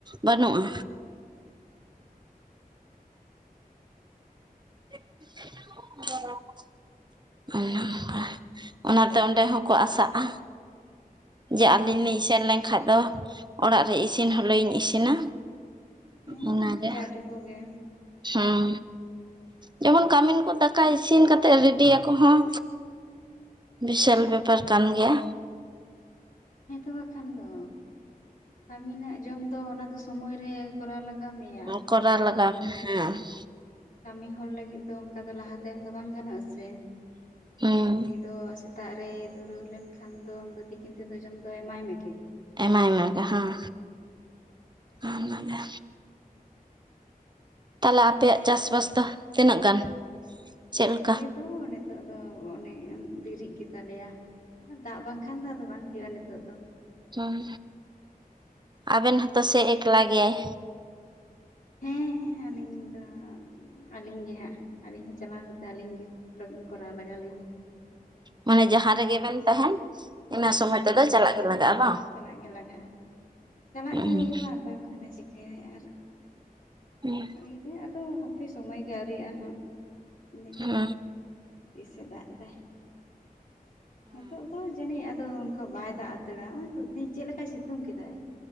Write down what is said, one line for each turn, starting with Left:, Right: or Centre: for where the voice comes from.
Right: ᱵᱟᱹᱱᱩᱜᱼᱟ᱾ <unintelligible> ᱚᱱᱟᱵᱟ ᱚᱱᱟᱛᱮ ᱚᱸᱰᱮ ᱦᱚᱸ ᱠᱚ ᱟᱥᱟᱜᱼᱟ᱾ ᱡᱮ
Left: ᱦᱩᱸ
Right: ᱟᱹᱞᱤᱧ ᱞᱤᱧ ᱥᱮᱱ ᱞᱮᱱᱠᱷᱟᱡ ᱫᱚ᱾ ᱚᱲᱟᱜ ᱨᱮ ᱤᱥᱤᱱ ᱦᱚᱞᱮᱭᱳ ᱤᱧ ᱤᱥᱤᱱᱟ᱾
Left: ᱦᱮᱸ
Right: ᱚᱱᱟ ᱜᱮ
Left: ᱡᱟ ᱴᱩᱠᱩ ᱜᱮ
Right: ᱦᱩᱸ ᱡᱮᱢᱚᱱ ᱠᱟᱹᱢᱤᱱ ᱠᱚ ᱫᱟᱠᱟ ᱤᱥᱤᱱ ᱠᱟᱛᱮᱫ ᱨᱮᱰᱤᱸᱭᱟᱠᱚ ᱦᱚᱸ ᱵᱤᱥᱟᱞ ᱵᱮᱯᱟᱨ ᱠᱟᱱ ᱜᱮᱭᱟ
Left: ᱦᱮᱸ ᱛᱚ ᱵᱟᱠᱷᱟᱱ ᱫᱚ ᱾ ᱠᱟᱹᱢᱤᱱᱟ-ᱜ ᱡᱚᱢ ᱫᱚ ᱚᱱᱟ ᱫᱚ ᱥᱳᱢᱳᱭ ᱨᱮ, ᱠᱚᱨᱟᱣ ᱞᱟᱠ ᱠᱟᱹᱢᱤᱭᱟ
Right: ᱠᱚᱨᱟᱣ
Left: ᱠᱟᱨᱚᱱ
Right: ᱞᱟᱜᱟᱣ
Left: ᱫᱚ
Right: ᱦᱮᱸ
Left: ᱠᱟᱹᱢᱤ ᱦᱚᱲ ᱞᱟᱹᱜᱤᱫ ᱫᱚ᱾ ᱚᱱᱠᱟ ᱫᱚ ᱞᱟᱦᱟ ᱛᱟᱭᱚᱢ ᱫᱚ ᱵᱟᱝ ᱜᱟᱱᱚᱜ-ᱟ ᱥᱮ᱾
Right: ᱦᱩᱸ
Left: ᱩᱱᱤ ᱫᱚ ᱥᱮᱛ ᱛᱟᱜ ᱨᱮᱭ ᱫᱷᱽᱩᱨᱟᱹᱣ ᱞᱮᱱᱠᱷᱟᱱ ᱫᱚ᱾ ᱟᱢ ᱫᱚ ᱛᱤᱠᱤᱱ ᱛᱮ ᱫᱚ, ᱡᱚᱢ ᱫᱚ ᱮᱢᱟᱭ ᱢᱮ ᱜᱮ᱾
Right: ᱮᱢᱟᱭ ᱢᱮ ᱜᱮ ᱦᱮᱸ᱾ ᱚᱱᱟ ᱜᱮ ᱛᱟᱦᱚᱞᱮ ᱟᱯᱮᱭᱟ-ᱜ ᱪᱟᱥ ᱵᱟᱥ ᱫᱚ ᱛᱤᱱᱟᱹᱜ ᱜᱟᱱ? ᱪᱮᱫ
Left: ᱟᱞᱮ
Right: ᱞᱮᱠᱟ?
Left: ᱫᱚ ᱱᱤᱛᱚᱜ ᱫᱚ ᱚᱱᱮ ᱫᱤᱨᱤᱜ ᱜᱮᱛᱟ ᱞᱮᱭᱟ᱾ ᱫᱟᱜ ᱵᱟᱝ ᱠᱷᱟᱱ ᱫᱚ ᱵᱟᱝ ᱦᱳᱭᱳᱜᱼᱟ᱾ ᱱᱤᱛᱳᱜ ᱫᱚ᱾
Right: ᱦᱩᱸ ᱟᱵᱮᱱ
Left: ᱛᱚᱞᱟ
Right: ᱦᱚᱸ ᱛᱚ
Left: ᱠᱚ
Right: ᱥᱮ ᱮᱠᱞᱟ ᱜᱮᱭᱟᱭ᱾
Left: ᱦᱮᱸ ᱟᱹᱞᱤᱧ ᱫᱚ ᱼᱼ ᱟᱹᱞᱤᱧ ᱜᱮ ᱦᱟᱸᱜ᱾ ᱟᱹᱞᱤᱧ ᱦᱚᱸ ᱪᱟᱞᱟᱣ ᱠᱟᱛᱮᱫ ᱟᱹᱞᱤᱧ ᱜᱮ ᱠᱚᱨᱟᱣ ᱞᱟᱜᱟᱣ ᱞᱤᱧᱟ।
Right: ᱢᱟᱱᱮ ᱡᱟᱦᱟᱸ ᱨᱮᱜᱮ ᱵᱮᱱ ᱛᱟᱦᱮᱱ᱾ ᱤᱱᱟᱹ ᱥᱚᱢᱚᱭ
Left: ᱦᱮᱸ
Right: ᱛᱮᱫᱚ ᱪᱟᱞᱟᱜ ᱜᱮ ᱞᱟᱜᱟᱜᱼᱟ ᱵᱟᱝ?
Left: ᱪᱟᱞᱟᱜ ᱜᱮ ᱞᱟᱜᱟ-ᱜᱼᱟ᱾ ᱪᱟᱞᱟ-ᱜ
Right: ᱦᱮᱸ
Left: ᱜᱮ ᱦᱩᱭᱩᱜᱼᱟ। ᱚᱠᱟ <unintelligible> ᱵᱟᱠᱷᱟᱱᱮ ᱪᱤᱠᱟᱹᱭᱟᱭ ᱟᱨ ᱼᱼ
Right: ᱦᱮᱸ
Left: ᱤᱭᱟᱹ ᱜᱮ ᱟᱫᱚ ᱦᱟᱯᱮ ᱥᱚᱢᱚᱭ ᱜᱮ ᱟᱹᱣᱨᱤᱜᱼᱟ᱾ ᱦᱟᱸᱜ ᱫᱮᱠᱷᱤ
Right: ᱦᱮᱸ
Left: ᱛᱤᱥᱮ ᱫᱟᱜ ᱮᱫᱟᱭ, ᱱᱤᱛᱚᱜ ᱫᱚ ᱡᱟᱹᱱᱤᱡ ᱟᱫᱚ ᱚᱱᱠᱟ ᱵᱟᱭ ᱫᱟᱜ ᱩᱛᱟᱹᱨᱟ, ᱱᱚᱜ-ᱚᱭ ᱛᱚ ᱛᱮᱦᱤᱧ ᱪᱮᱫ ᱞᱮᱠᱟᱭ ᱥᱤᱛᱩᱝ ᱠᱮᱫᱟᱭ,